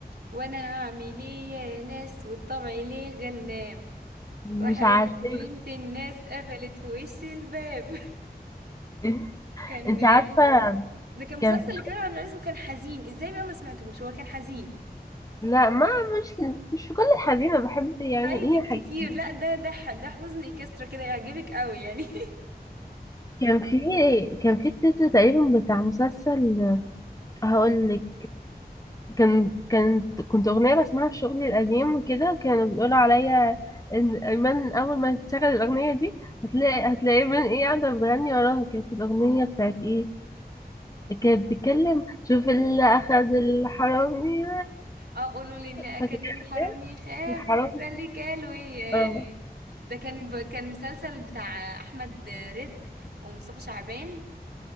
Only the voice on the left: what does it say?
مش
عارفة
<laughs>
انت
عارفة
كان في
لا ما مش مش في كل الحزينة بحب يعني
ايه حاجات
كده.
كان في كان في التتر تقريبا بتاع مسلسل هقول لك كان كانت كنت اغنية بسمعها في شغلي القديم وكده كانوا بيقولوا عليا ان ايمن اول ما تشغل الاغنية دي هتلاقي هتلاقي من ايه قاعدة بتغني وراها كانت الاغنية بتاعت ايه كانت بتتكلم شوف اللي أخذ الحرامي
فاكرة
الحرامي
اه